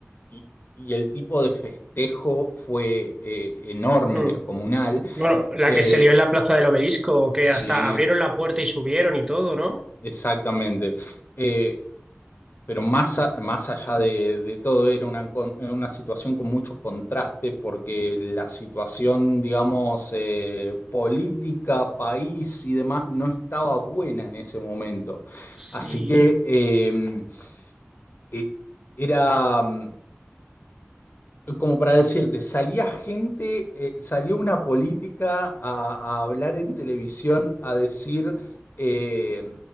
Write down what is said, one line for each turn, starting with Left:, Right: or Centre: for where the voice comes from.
Left: y, y el tipo de festejo fue eh, enorme,
Right: Mm.
Left: descomunal,
Right: Bueno, la
Left: eh,
Right: que se lió en la plaza del Obelisco, que
Left: sí,
Right: hasta abrieron la puerta y subieron y todo, ¿no?
Left: exactamente. Eh, Pero más, a- más allá de, de todo, era una, con- una situación con mucho contraste, porque la situación, digamos, eh, política, país y demás no estaba buena en ese momento.
Right: Sí.
Left: Así que eh, eh, era. mm, como para decirte, salía gente, eh, salió una política a, a hablar en televisión, a decir, eh,